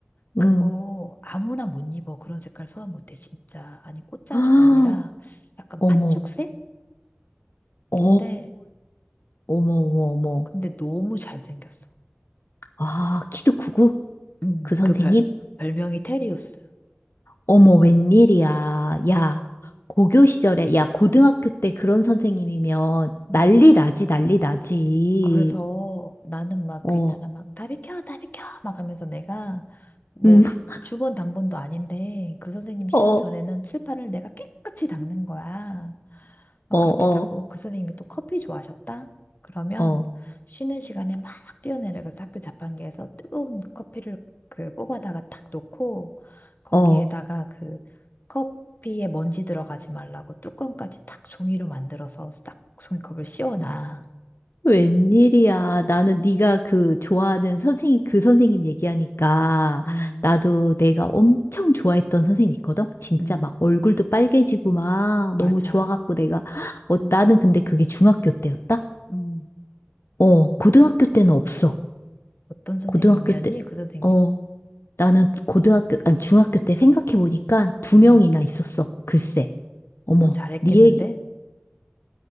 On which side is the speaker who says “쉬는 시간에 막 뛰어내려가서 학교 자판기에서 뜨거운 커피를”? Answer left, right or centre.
Left